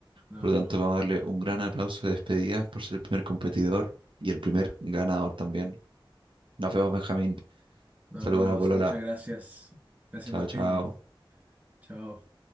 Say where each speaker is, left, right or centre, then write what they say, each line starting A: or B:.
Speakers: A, on the right; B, on the right.
A: No,
B: Por lo tanto,
A: no.
B: vamos a darle un gran aplauso de despedida por ser el primer competidor y el primer ganador también. Nos vemos, Benjamín.
A: Nos
B: Saludos
A: vemos.
B: a la polola.
A: Muchas gracias. Gracias,
B: Chao,
A: Martín.
B: chao.
A: Chao.